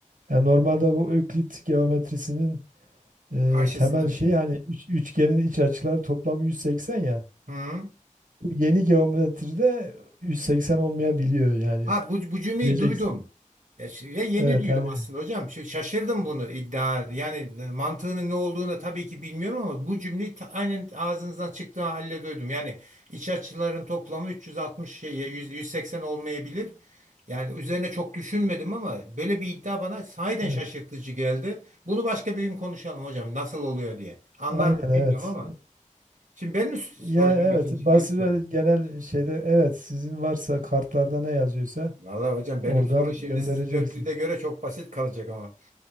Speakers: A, on the right (about 85°); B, on the right (about 65°).
A: Yani normalde bu Öklit geometrisinin e,
B: karşısına
A: temel
B: bir
A: şey
B: şey.
A: hani üç- üçgenin iç açıları toplamı 180 ya.
B: Hı.
A: Bu yeni geometride 180 olmayabiliyor yani.
B: Ha bu, bu cümleyi
A: Diyeceksin.
B: duydum. Ya, ş- ve yeni
A: Evet
B: duydum
A: hani
B: aslında hocam. Ş- Şaşırdım bunu iddia. Yani e, mantığının ne olduğunu tabii ki bilmiyorum ama bu cümleyi ta- aynen ağzınızdan çıktığı halde duydum. Yani iç açıların toplamı 360 şey ya, 100 180 olmayabilir. Yani üzerine çok düşünmedim ama böyle bir iddia bana sahiden
A: evet.
B: şaşırtıcı geldi. Bunu başka bir gün konuşalım hocam. Nasıl oluyor diye. Anlar
A: Aynen
B: mı bilmiyorum
A: evet.
B: ama. Şimdi benim soracağım
A: Ya evet
B: ikinci
A: basit
B: ilk sorum.
A: ve genel şeyde evet sizin varsa kartlarda ne yazıyorsa
B: Valla hocam
A: oradan
B: benim soru şimdi
A: göndereceksiniz.
B: sizin Öklid'e göre çok basit kalacak ama.